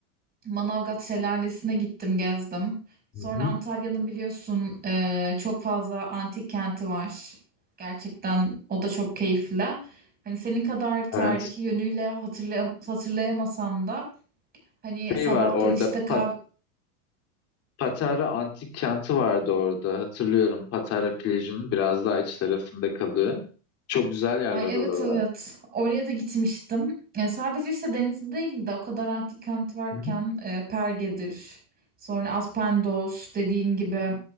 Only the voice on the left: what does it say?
Hı hı.
evet.
Şey
var orada
Pa- Patara Antik Kenti vardı orada. Hatırlıyorum Patara plajının biraz daha iç tarafında kalıyor. Çok güzel yerler
oralar.
Hı hı.